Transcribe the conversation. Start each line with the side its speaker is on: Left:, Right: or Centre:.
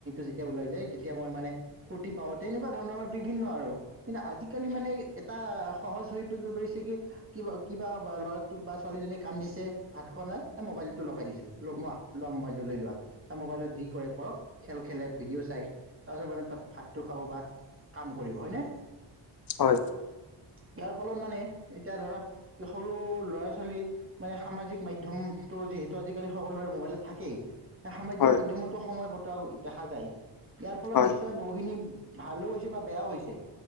Right: যেতিয়া ওলাই যায় তেতিয়া মই মানে ফূৰ্তি পাওঁ তেনেকুৱা ধৰণৰ বিভিন্ন আৰু কিন্তু আজিকালি মানে এটা সহজ হৈ পৰি পাৰিছে কি কিবা কিবা ল'ৰা বা ছোৱালীজনীয়ে কান্দিছে ভাত খোৱা নাই মোবাইল টো লগাই দিছোঁ ম লোৱা মোবাইলটো লৈ লোৱা মোবাইলত যি কৰে কৰক খেল খেলে ভিডিঅ' চাই তাৰপিছত মানে তাত ভাতটো খাব বা কাম কৰিব হয়নে।
Left: হয়।
Right: ইয়াৰ ফলত মানে এতিয়া ধৰা সৰু ল'ৰা ছোৱালী মানে সামাজিক মাধ্যম তো যিহেতু আজিকালি সকলোৰে মোবাইলত থাকেই সামাজিক
Left: হয়
Right: মাধ্যমতো সময় কটোৱা দেখা যায় ইয়াৰ ফলত
Left: হয়
Right: নিশ্চয় বহুখিনি ভালো হৈছে বা বেয়াও হৈছে